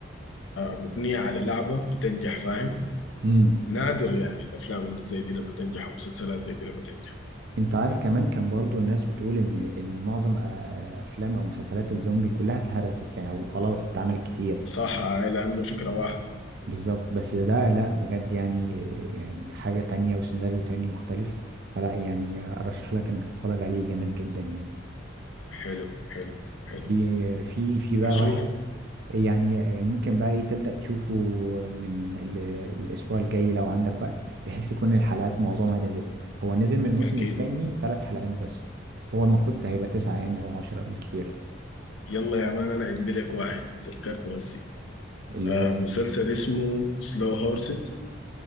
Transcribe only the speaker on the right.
مم.
انت عارف كمان كان برضو الناس بتقول ان إن معظم آه، آه، افلام او مسلسلات الزومبي كلها اتهرست يعني او خلاص اتعملت كتير
بالظبط بس ده لا بجد يعني يعني حاجة تانية وسيناريو تاني مختلف فلا يعني ارشح لك انك تتفرج عليه جامد جدا يعني
في في في بقى
واحد يعني يعني ممكن بقى ايه تبدأ تشوفه من ال- الاسبوع الجاي لو عندك وقت بحيث تكون الحلقات معظمها نزل هو نزل من الموسم
التاني ثلاث حلقات بس هو المفروض هيبقى تسعة يعني او عشرة بالكتير
اللي
هو